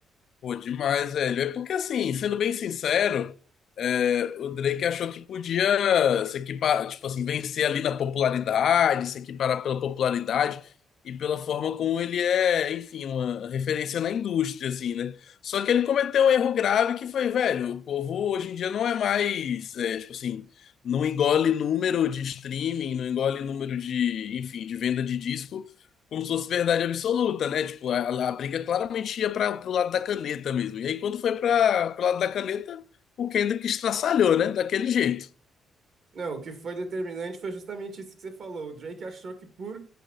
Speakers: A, on the left; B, on the right.
A: Pô, demais, velho. É porque, assim, sendo bem sincero, é, o Drake achou que podia se equipar, tipo assim, vencer ali na popularidade, se equiparar pela popularidade e pela forma como ele é, enfim, uma referência na indústria, assim, né? Só que ele cometeu um erro grave que foi, velho, o povo hoje em dia não é mais, é, tipo assim, não engole número de streaming, não engole número de, enfim, de venda de disco como se fosse verdade absoluta, né? Tipo, a, a briga claramente ia para pro lado da caneta mesmo. E aí, quando foi para pro lado da caneta, o Kendrick estraçalhou, né? Daquele jeito.
B: Não, o que foi determinante foi justamente isso que você falou. O Drake achou que por